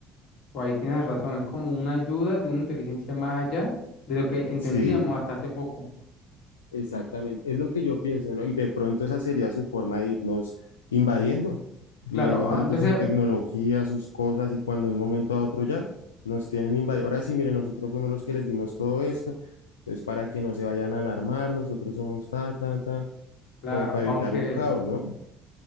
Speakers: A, on the left (about 60°); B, on the left (about 80°).
A: pues ahí tienes razón, es como
B: Sí.
A: una ayuda de una inteligencia más allá de lo que entendíamos
B: Sí.
A: hasta hace poco.
B: Exactamente, es lo que yo pienso, ¿no? Y de pronto esa sería su forma de irnos invadiendo,
A: Claro,
B: irnos
A: ah,
B: dando
A: entonces,
B: su tecnología, sus cosas, y cuando de un momento a otro ya nos tienen invadido. Ahora sí, miren, nosotros fuimos los que les dimos todo esto, entonces para que no se vayan a alarmar, nosotros somos ta, ta, ta,
A: claro,
B: como para evitar
A: aunque,
B: un caos, ¿no?